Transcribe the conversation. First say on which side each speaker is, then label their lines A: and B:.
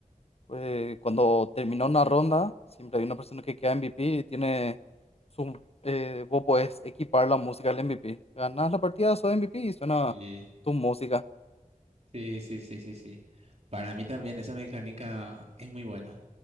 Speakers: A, on the left; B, on the right.
A: eh, cuando terminó una ronda, siempre hay una persona que queda MVP y tiene su... eh, vos podés equipar la música del MVP. Ganas la partida, sos MVP y suena
B: Eh,
A: tu música.
B: sí, sí, sí, sí, sí. Para mí también esa mecánica es muy buena.